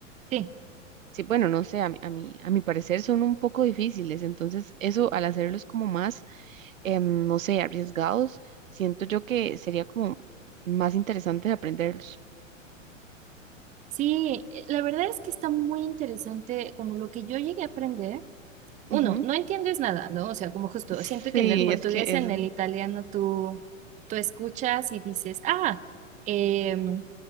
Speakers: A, on the right; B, on the right.
A: ujú.
B: sí, bueno, no sé, a mi, a mi, a mi parecer son un poco difíciles, entonces eso al hacerlos como más, em, no sé, arriesgados, siento yo que sería como más interesante de aprenderlos.
A: Sí, eh, la verdad es que está muy interesante como lo que yo llegué a aprender. Uno,
B: Ujú.
A: no entiendes nada, ¿no? O sea, como justo,
B: Sí,
A: siento que en el Ujú. portugués,
B: es que
A: en
B: es
A: el italiano, tú, tú escuchas y dices, ah, em,